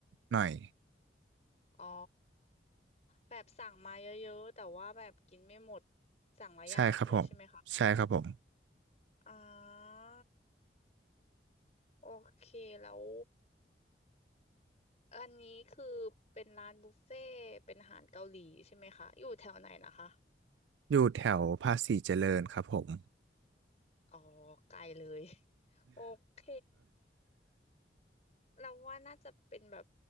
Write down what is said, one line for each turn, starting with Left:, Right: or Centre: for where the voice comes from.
Right: หน่อย
Left: อ๋อแบบสั่งมาเยอะๆแต่ว่าแบบกินไม่หมดสั่งหลายอย่างเลยใช่ไหมคะ
Right: ใช่ครับผมใช่ครับผม
Left: อ่าโอเคแล้วอันนี้คือเป็นร้านบุฟเฟ่ต์เป็นอาหารเกาหลีใช่ไหมคะอยู่แถวไหนนะคะ
Right: อยู่แถวภาษีเจริญครับผม
Left: อ๋อไกลเลย <laughs> โอเคเราว่าน่าจะเป็นแบบ